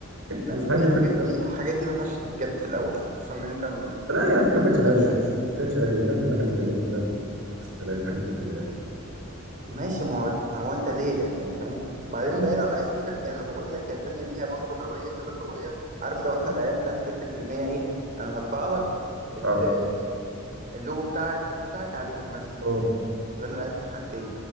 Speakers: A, on the right; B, on the right.
A: لا
B: مستحيل
A: بس هي
B: دي
A: الحاجات
B: كنت
A: دي
B: سبب
A: الحاجات دي ما ينفعش تتجاب في الاول خصوصا ان انت م-
B: لا هي على فكره
A: ما
B: ما
A: بتكسبش
B: كانتش غاليه مش ما كانتش غاليه ده كانت المكنه تقريبا كلها ب 6000 حاجه زي كده يعني
A: ماشي ما هو ما هو انت ليه يعني فاهم بعدين
B: اه
A: بعيد عن ايس ميكر انا بقول لك هي التانية ليها برضو هوية كده قوية عارف لو احنا لعبنا في فكرة ان هي ايه انا هطبع لك ال-
B: اه
A: اللوجو بتاعك الكيف بتاعك عليها مثلا
B: اه
A: يبقى انا لعبت في حاجتين